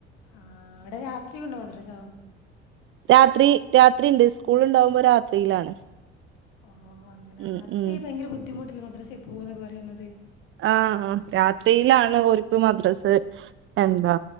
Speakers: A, on the left; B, on the right.
A: ആഹ് അവടെ രാത്രി ഒള്ളു മദ്രസാ
B: രാത്രി രാത്രി ഇണ്ട് സ്കൂള്ണ്ടാവുമ്പോ രാത്രിയിലാണ്
A: ആഹ് അങ്ങന
B: ഉം
A: രാത്രി
B: ഉം
A: ഭയങ്കര ബുദ്ധിമുട്ടില്ല മദ്രാസയിൽ പോവന്നൊക്കെ പറയുന്നത്?
B: ആഹ് അ രാത്രിയിലാണ് ഒ ാര്ക്ക് മദ്രസ് എന്താ